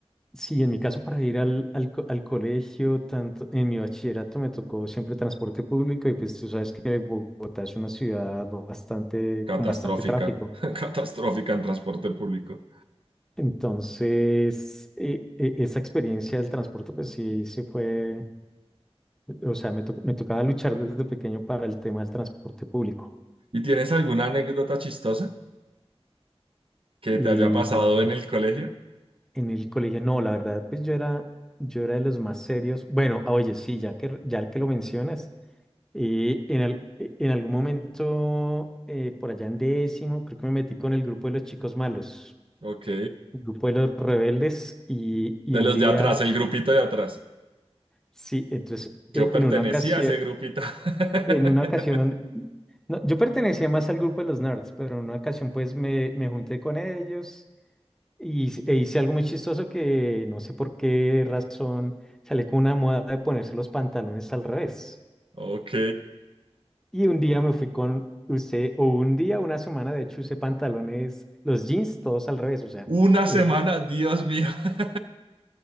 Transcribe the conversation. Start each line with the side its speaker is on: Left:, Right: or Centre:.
Centre: sí, en mi caso para ir al, al, co- al colegio, tanto en mi bachillerato me tocó siempre transporte público y pues tú sabes que Bogotá es una ciudad bastante,
Right: catastrófica,
Centre: con bastante tráfico.
Right: <laughs> catastrófica en transporte público.
Centre: Entonces, eh, eh, esa experiencia del transporte, pues sí, sí fue, o sea, me, to- me tocaba luchar desde pequeño para el tema del transporte público.
Right: ¿Y tienes alguna anécdota chistosa que
Centre: Y
Right: te haya pasado
Centre: en,
Right: en el colegio?
Centre: en el colegio, no, la verdad, pues yo era, yo era de los más serios. Bueno, ah, oye, sí, ya que, ya que lo mencionas, eh, en, al- eh, en algún momento, eh, por allá en décimo, creo que me metí con el grupo de los chicos malos,
Right: Ok.
Centre: el grupo de los rebeldes, y, y
Right: De
Centre: un
Right: los
Centre: día,
Right: de atrás, el grupito de atrás.
Centre: sí, entonces,
Right: Yo
Centre: eh,
Right: pertenecía
Centre: en una ocasión...
Right: a ese grupito. <laughs>
Centre: En una ocasión, no, yo pertenecía más al grupo de los nerds, pero en una ocasión pues me, me junté con ellos y, hice- e hice algo muy chistoso que no sé por qué razón salí con una moda de ponerse los pantalones al revés.
Right: Ok.
Centre: Y un día me fui con usted, o un día, una semana de hecho usé pantalones, los jeans todos al revés, o sea,
Right: Una
Centre: eh,
Right: semana, Dios mío. <laughs>